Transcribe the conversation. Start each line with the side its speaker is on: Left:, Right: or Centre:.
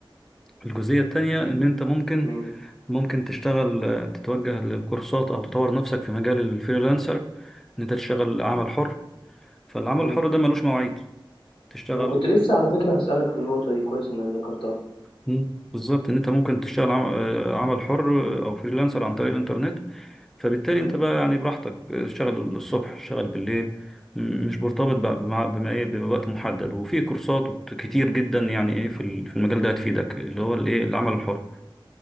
Centre: الجزئيه التانيه ان انت ممكن
Left: مم.
Centre: ممكن تشتغل آه، تتوجه للكورسات او تطور نفسك في مجال الفريلانسر ان انت تشتغل عمل حر فالعمل
Left: مم.
Centre: الحر ده ملوش مواعيد تشتغل
Left: انا كنت لسه على فكره هسالك في النقطه دي كويس انك ذكرتها
Centre: مم. بالظبط ان انت ممكن تشتغل عم- آه، عمل حر آه، او فريلانسر عن طريق الانترنت فبالتالي
Left: مم.
Centre: انت بقى يعني براحتك آه، اشتغل الصبح اشتغل بالليل م- مش مرتبط بقى بمع- بما ايه بوقت محدد وفي كورسات كتير جدا يعني ايه في ال- في المجال ده هتفيدك اللي هو الايه العمل الحر